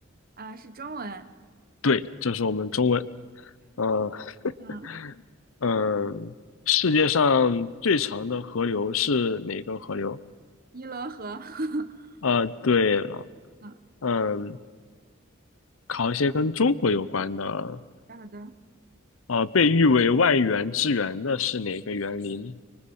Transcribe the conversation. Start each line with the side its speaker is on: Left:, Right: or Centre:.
Right: 啊，是中文。
Left: 对，这是我们中文。呃，<laughs>
Right: 嗯，
Left: 嗯，世界上最长的河流是哪个河流？
Right: 《尼罗河》<laughs>
Left: 呃，对了，
Right: 嗯，
Left: 嗯，考一些跟中国有关的，
Right: 好的。
Left: 呃，被誉为万园之园的是哪个园林？